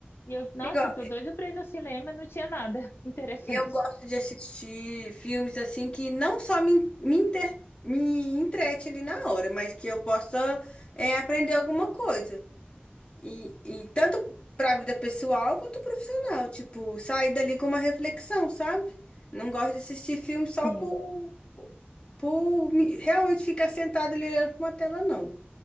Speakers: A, on the left (about 70°); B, on the left (about 25°).
A: E eu, nossa,
B: Igual,
A: eu tô doida pra ir no cinema, não tinha nada <laughs> interessante.
B: eu gosto de assistir filmes assim que não só me, me, inter, me entrete ali na hora, mas que eu possa é, aprender alguma coisa. E, e tanto para a vida pessoal quanto profissional. Tipo, sair dali com uma reflexão, sabe? Não gosto de assistir filme só
A: Sim,
B: por, por me- realmente ficar sentado ali olhando para uma tela, não.